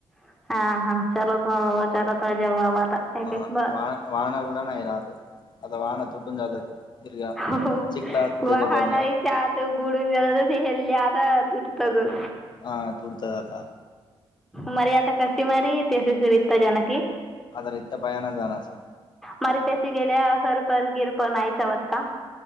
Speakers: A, in the centre; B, on the left.
A: हा हा. <unintelligible>
B: <unintelligible>
A: एक बार हो
B: चिखलात दगा
A: वाहनही
B: भरल्या
A: त्यात बुडून जात <unintelligible> <unintelligible>
B: हा तुडतात आता
A: मरे आता कशी मारी तशी सुरिता जानकी
B: आज रीता पायाना जाणार असा.
A: मारी तशी गेल्या सरपर गिरप नाही ठेवत का?